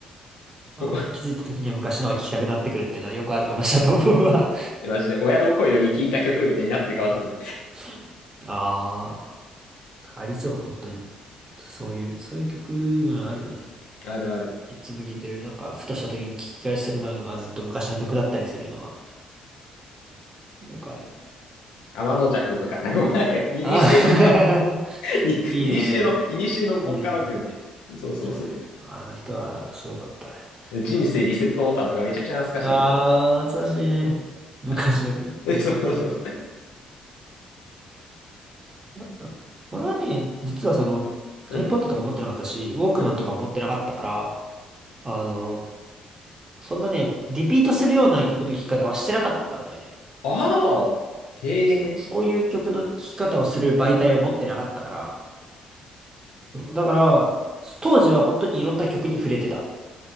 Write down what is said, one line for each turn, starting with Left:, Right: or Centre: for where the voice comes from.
Right: まあー気づいた時には昔のが聞きたくなってくるっていうのはよくある話だと思うわ。
Left: う。お、えマジで、親の声より聞いた曲みたいになってるかもしれない。
Right: <laughs> ああ、ありそう、本当に。そういう、そういう曲群あるよね。
Left: <laughs> あるある。
Right: いつも聴いてる、なんか、ふとした時に聞き返したくなるのはずっと昔の曲だったりするのはよくある。
Left: 天の弱とかさ、こうなんか、いにしえの
Right: ああ <laughs>
Left: い、
Right: いいね。
Left: いにしえの、いにしえのボカロ群ね。
Right: いいね、いいね。
Left: そうそうそ
Right: そうね。あの人はすごかったね。
Left: う。人生リセットボタンとかめちゃくちゃ懐かしいけど。
Right: ああ、懐かしいね。昔の曲。
Left: あー、<laughs> えそうそうそ
Right: なんか俺はね、実はその
Left: う。
Right: iPod
Left: うん、
Right: とか持ってなかったし、ウォークマンとか持ってなかったから、
Left: うん。
Right: あの、そんなね、リピートするような曲の聴き方はしてなかったんだよね。
Left: ああ、へえ。
Right: そう、そういう曲の聴き方をする媒体を持ってなかったから、そうだから、当時は本当にいろんな曲に触れてた。